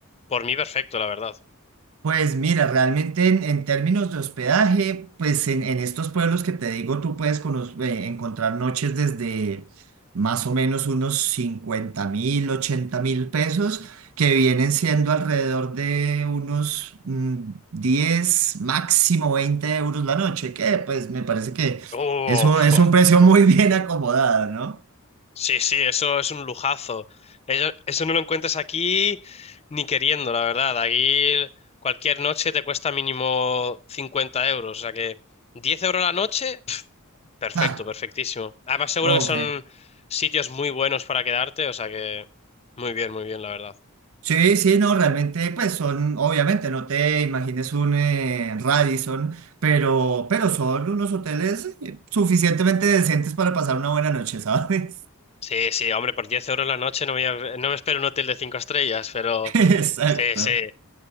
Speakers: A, on the left (about 30°); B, on the right (about 70°).
A: por mí perfecto, la verdad.
B: Pues mira, realmente en, en términos de hospedaje, pues en, en estos pueblos que te digo, tú puedes cono- eh, encontrar noches desde más o menos unos cincuenta mil, ochenta mil pesos, que vienen siendo alrededor de unos mm, 10, máximo 20 euros la noche, que pues me parece que
A: Oh,
B: es un,
A: fua.
B: es un precio muy bien acomodado, ¿no?
A: sí, sí, eso es un lujazo. eso Eso, no lo encuentras aquí ni queriendo, la verdad. Aquí cualquier noche te cuesta mínimo 50 euros, o sea que 10 euros la noche. Perfecto,
B: Ah,
A: perfectísimo. Además, seguro
B: ok.
A: que son sitios muy buenos para quedarte, o sea que muy bien, muy bien, la verdad.
B: Sí, sí, no, realmente, pues son, obviamente, no te imagines un eh, Radisson, pero, pero son unos hoteles eh, suficientemente decentes para pasar una buena noche, ¿sabes?
A: Sí, sí, hombre, por 10 euros la noche no voy a- no me espero un hotel de 5 estrellas, pero
B: <laughs> Exacto.
A: sí, sí.